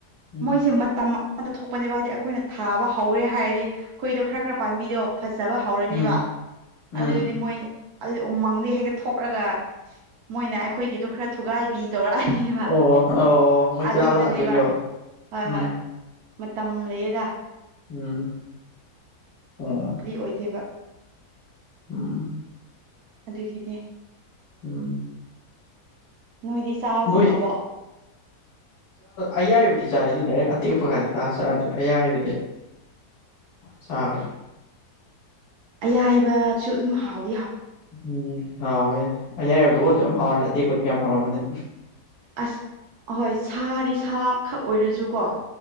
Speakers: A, on the left; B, on the right.
A: ꯎꯝ
B: ꯃꯣꯏꯁꯦ ꯃꯇꯝ ꯑꯇ ꯊꯣꯛꯄꯅꯦꯕ ꯍꯥꯏꯗꯤ ꯑꯩꯈꯣꯏꯅ ꯊꯥꯕ ꯍꯧꯔꯦ ꯍꯥꯏꯔꯗꯤ ꯑꯩꯈꯣꯏꯗꯣ ꯈꯔ ꯈꯔ ꯄꯥꯟꯕꯤꯗꯣ ꯐꯖꯕ ꯍꯧꯔꯅꯦꯕ
A: ꯎꯝ ꯎꯝ
B: ꯑꯗꯨꯗꯨꯗꯤ ꯃꯣꯏ ꯑꯗꯨꯗꯤ ꯎꯃꯪꯗ ꯍꯦꯛꯇ ꯊꯣꯛꯂꯒ ꯃꯣꯏꯅ ꯑꯩꯈꯣꯏꯒꯤꯗꯨꯣ ꯈꯔ ꯊꯨꯒꯥꯏꯕꯤ ꯇꯧꯔꯛꯑꯅꯤꯕ
A: ꯑꯣ ꯑꯣ ꯃꯣꯏ
B: ꯑꯗꯨꯗꯅꯦꯕ
A: ꯆꯥꯕ ꯂꯥꯛꯇꯣꯏꯅꯦꯕ
B: ꯍꯣꯏ
A: ꯎꯝ
B: ꯍꯣꯏ ꯃꯇꯝ ꯂꯩꯌꯦꯗ
A: ꯎꯝ ꯑꯣ
B: ꯀ꯭ꯔꯤ ꯑꯣꯏꯗꯦꯕ
A: ꯎꯝ
B: ꯑꯗꯨꯒꯤꯅꯦ
A: ꯎꯝ
B: ꯅꯣꯏꯗꯤ ꯆꯥꯕ
A: ꯅꯣꯏ
B: ꯐꯪꯉꯕꯣ
A: ꯑꯌꯥꯏꯕꯗꯤ ꯆꯥꯔꯦ ꯑꯗꯨ ꯗꯥꯏꯔꯦꯛ ꯑꯇꯦꯛ ꯄꯒꯗꯤ ꯇꯥ ꯆꯥꯗ꯭ꯔꯦ ꯑꯌꯥꯏꯕꯗꯤ ꯆꯒꯦ ꯫
B: ꯑꯌꯥꯏꯕꯁꯨ ꯑꯗꯨꯝ ꯍꯥꯎꯋ
A: ꯎꯝ ꯍꯥꯎ ꯑ ꯂ ꯑꯗꯨ ꯌꯥꯝ ꯍꯥꯎꯔꯦ ꯌꯥꯇ ꯀꯣꯗꯤ ꯀ ꯌꯥꯝ ꯍꯥꯎꯔꯃꯅꯦ
B: ꯑꯁ ꯑꯍꯣꯏ ꯁꯥꯗꯤ ꯁꯥ ꯈꯛ ꯑꯣꯏꯔꯁꯨꯀꯣ